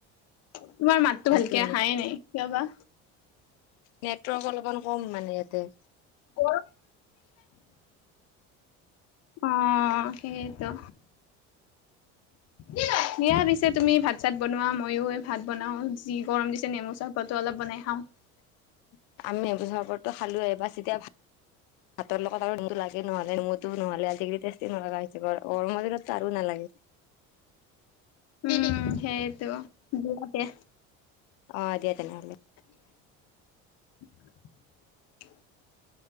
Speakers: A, on the left; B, on the left.
A: তোমাৰ মাততো
B: আছে
A: ভালকে আহাই নাই কিয় বা?
B: নেটৱৰ্ক অলপমান কম মানে ইয়াতে।
A: <unintelligible> অ সেইটো। সেইয়া পিছে তুমি ভাত চাত বনোৱা মইও ভাত বনাওঁ, যি গৰম দিছে নেমু চৰবত অলপ বনাই খাওঁ। <unintelligible>
B: আমি নেমু চৰবতটো খালোৱেই বাচ এতিয়া ভাত
A: <inaudible>
B: ভাতৰ লগত আৰু দিনটো লাগে নহ'লে নেমুটো নহ'লে আজিকালি টেষ্টি নলগা হৈছে, গৰমৰ দিনতো আৰু নালাগে।
A: উম সেইটো দিও দে।
B: অ দিয়া তেনেহলে।
A: <unintelligible>